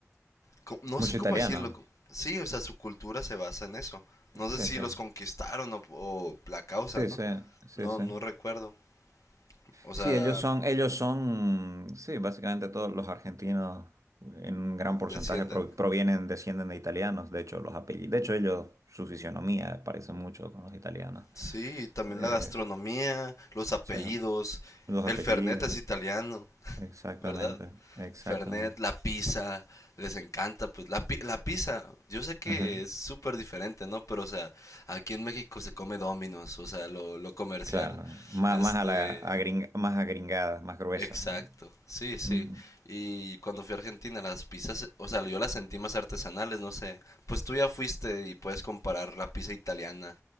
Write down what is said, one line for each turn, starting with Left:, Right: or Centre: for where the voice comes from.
Left: co- no
Right: Mucho
Left: sé cómo
Right: italiano.
Left: decirlo, co- sí, o sea, su cultura se basa en eso. No sé
Right: Sí,
Left: si
Right: sí.
Left: los conquistaron o, o la causa,
Right: Sí,
Left: ¿no?
Right: sí, sí,
Left: No,
Right: sí.
Left: no recuerdo. O
Right: Sí,
Left: sea,
Right: ellos son, ellos son, sí, básicamente todos los argentinos en un gran porcentaje
Left: descienden.
Right: pro- provienen, descienden de italianos. De hecho, los apellidos, de hecho, ellos, su fisionomía parece mucho con los italianos.
Left: Sí, también
Right: Eh,
Left: la gastronomía, los apellidos.
Right: o sea, los
Left: El
Right: apellidos,
Left: Fernet es italiano,
Right: exactamente,
Left: ¿verdad?
Right: exactamente.
Left: Fernet, la pizza, les encanta, pues la, pi- la pizza, yo sé que
Right: <laughs>
Left: es súper diferente, ¿no? Pero, o sea, aquí en México se come Domino's, o sea, lo, lo comercial.
Right: Claro, más,
Left: Este,
Right: más a la agring- más agringadas, más gruesas,
Left: Exacto,
Right: no
Left: sí, sí.
Right: Ujú.
Left: Y cuando fui a Argentina, las pizzas, o sea, yo las sentí más artesanales, no sé. Pues tú ya fuiste y puedes comparar la pizza italiana